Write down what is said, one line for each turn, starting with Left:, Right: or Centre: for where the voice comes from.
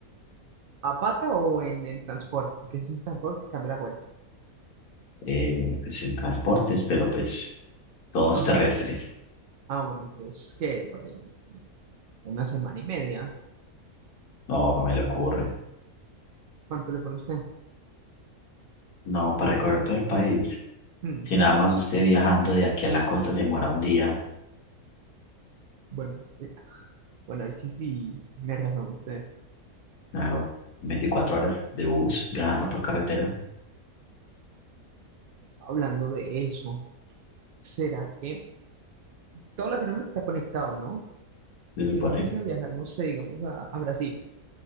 Right: ¿A pata o en, en transporte? Porque si es en transporte, cambia la vuelta.
Left: Eh, pues en transportes, pero pues todos
Right: Ajá.
Left: terrestres.
Right: Ah, bueno, entonces, ¿qué? Por ahí, una semana y media.
Left: No, no me le ocurre.
Right: ¿Cuánto le pone usted?
Left: No, para recorrer todo el país.
Right: Hmm,
Left: Si nada más usted viajando de aquí a la costa se demora un día,
Right: Bueno, eh, bueno, ahí sí, sí, tiene razón usted.
Left: claro, 24 horas de bus viajando por carretera,
Right: Hablando de eso, ¿será que todo Latinoamérica está conectado, no?
Left: se supone,
Right: Si uno fuese a viajar, no sé, digamos, a, a Brasil,